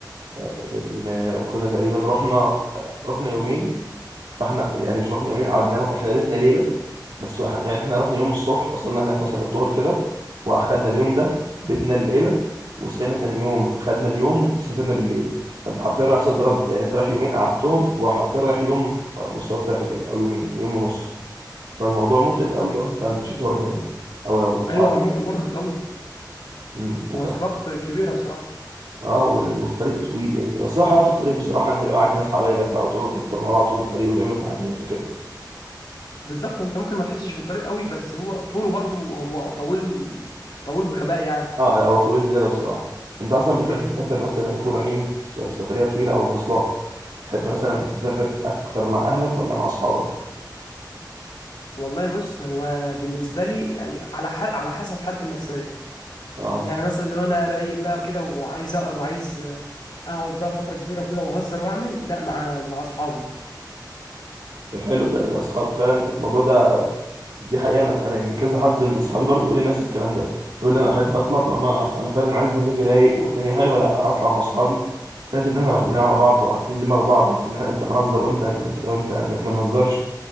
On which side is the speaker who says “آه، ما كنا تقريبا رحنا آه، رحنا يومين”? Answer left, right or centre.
Right